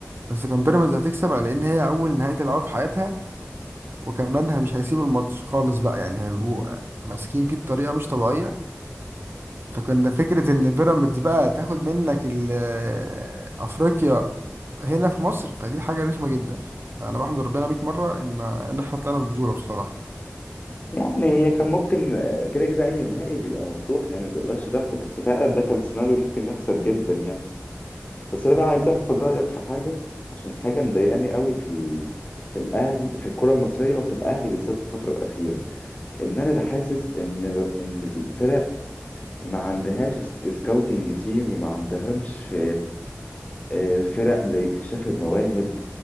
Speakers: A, on the right; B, on the left.
A: بس كان بيراميدز هتكسب على ان هي اول نهائي تلعبها في حياتها وكمان ه- مش هيسيبوا الماتش خالص بقى يعني هيبقوا ماسكين فيه بطريقة مش طبيعية فكنا فكرة ان بيراميدز بقى تاخد منك ال- افريقيا هنا في مصر فدي حاجة رخمة جدا فانا بحمد ربنا 100 مرة ان إن احنا طلعنا بالبطولة بصراحة
B: يعني هي كان ممكن كده كده اي نهائي بيبقى مفتوح يعني ما تقدرش تحكم بس فعلا ده كان سيناريو ممكن يحصل جدا يعني بس انا بقى عايز اخد رايك في حاجه عشان حاجه مضايقاني قوي في ال... في الاهلي في الكره المصريه وفي الاهلي بالذات الفتره الاخيره ان انا بحاسس ان ان الفرق ما عندهاش سكاوتنج تيم وما عندهمش آه، فرق لاكتشاف المواهب